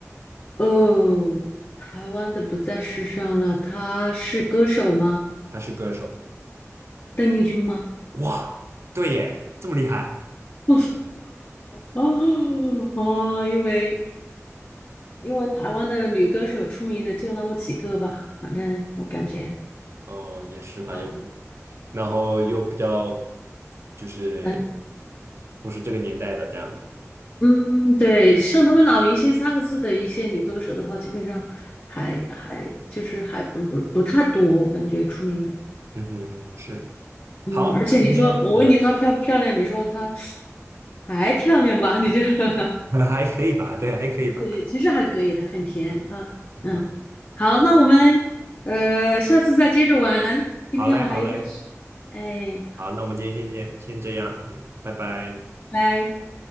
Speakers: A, on the left; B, on the right.
A: 哦，台湾的不在世上了，她是歌手吗？
B: 他是歌手。
A: 邓丽君吗？
B: 哇，对耶，这么厉害。
A: <laughs> 哦哦，因为因为台湾的女歌手出名的就那么几个吧，反正我感觉
B: 哦，也是吧，
A: 差不多。
B: 有可能。然后又比较就是
A: 难
B: 不是这个年代的这样的。
A: 嗯，对，像他们“老明星”三个字的一些女歌手的话，基本上还还就是还不不不太多，我感觉出名的。
B: 嗯哼，是。
A: 嗯，
B: 好，
A: 而且你说我问你她漂不漂亮，
B: 今天嗯，
A: 你说她还漂亮吧？你就 <laughs>
B: <laughs> 还可以吧，对，还可以吧。
A: 对，其实还可以的，很甜。
B: 嗯
A: 她嗯，
B: 嗯，
A: 好，那我们呃下次再接着玩。今天我还有点事，
B: 好嘞，好嘞，
A: 哎，
B: 好，那我们今天先这先这样，嗯，拜拜。
A: 拜拜。